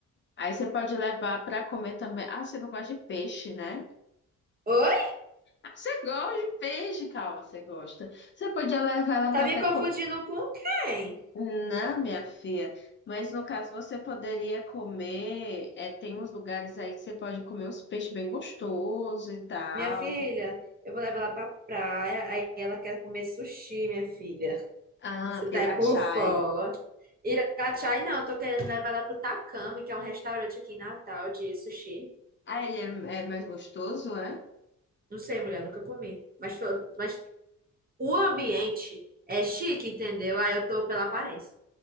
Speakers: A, on the left; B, on the right.
A: Aí você pode levar pra comer também. Ah, você não gosta de peixe, né?
B: Oi?
A: Ah, você gosta de peixe, calma, você gosta. Você podia levar ela
B: Tá
A: pra
B: me
A: até
B: confundindo
A: comer.
B: com quem?
A: Não, minha filha, mas no caso você poderia comer, é, tem uns lugares aí que você pode comer uns peixes bem gostosos e tal.
B: Minha filha, eu vou levar ela pra praia, aí ela quer comer sushi, minha filha.
A: Ah,
B: Você tá
A: Irachai.
B: é por fora. Irachai, não, eu tô querendo levar lá pro Takami, que é um restaurante aqui em Natal de sushi.
A: Ah, ele é, é mais gostoso, é?
B: Não sei, mulher, nunca comi. Mas, tô- mas o ambiente é chique, entendeu? Aí eu tô pela aparência.